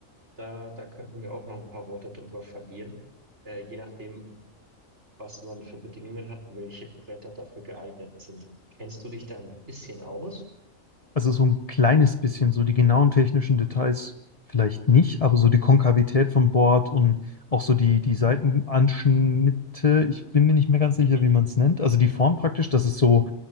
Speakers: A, on the right; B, on the left.
A: da, da könnten wir auch noch ein paar Worte drüber verlieren, äh, je nachdem, was man für Bedingungen hat, welche Bretter dafür geeignet sind. Kennst du dich da ein bisschen aus?
B: Also so ein kleines bisschen, so die genauen technischen Details vielleicht nicht, aber so die Konkavität vom Board und auch so die, die Seitenanschnitte, ich bin mir nicht mehr ganz sicher,
A: Mhm.
B: wie man es nennt. Also die Form praktisch, dass es so